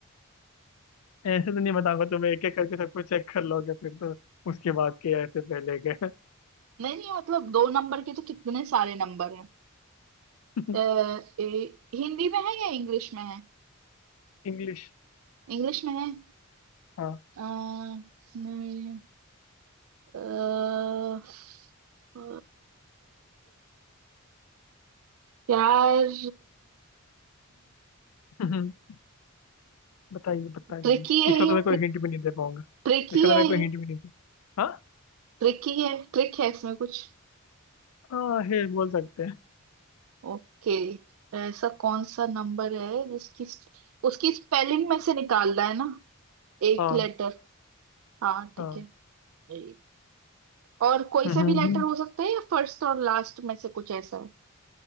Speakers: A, on the left; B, on the right.
A: ऐसे तो नहीं बताऊंगा तुम एक एक करके सबको चेक कर लोगे फिर तो उसके बाद के ऐसे पहले के
B: नहीं नहीं मतलब दो नंबर के तो कितने सारे नंबर हैं
A: <laughs>
B: अ, ए- हिंदी में है या इंग्लिश में है
A: इंग्लिश
B: इंग्लिश में है
A: हाँ
B: अ, न- अ, अ, यार
A: हम्म, बताइए बताइए
B: ट्रिकी है
A: इसका
B: ये
A: तो मैं कोई हिंट भी नहीं दे पाऊंगा
B: ट्रिकी
A: इसका तो
B: है
A: मैं
B: ये
A: कोई हिंट भी नहीं दे हाँ
B: ट्रिकी है ट्रिक है इसमें कुछ
A: हाँ हे बोल सकते हैं
B: ओके ऐसा कौन सा नंबर है जिसकी स्प- उसकी स्पेलिंग में से निकालना है ना एक
A: हाँ
B: लेटर हाँ ठीक
A: हाँ
B: है एक और कोई
A: <laughs> हम्म
B: सा भी लेटर
A: हम्म,
B: हो सकता है या फर्स्ट और लास्ट में से कुछ ऐसा है